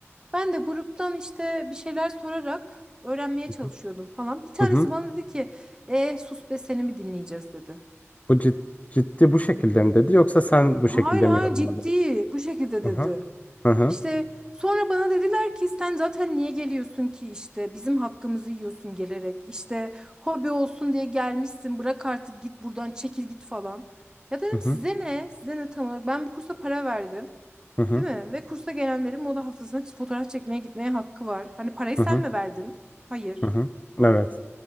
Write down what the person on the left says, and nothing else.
Hı
hı.
hı hı.
Bu cid- ciddi bu şekilde mi dedi yoksa sen bu
şekilde
mi yorumladın?
Hı
hı. Hı hı.
Hı hı.
Hı hı.
Hı
hı.
Hı hı. Evet.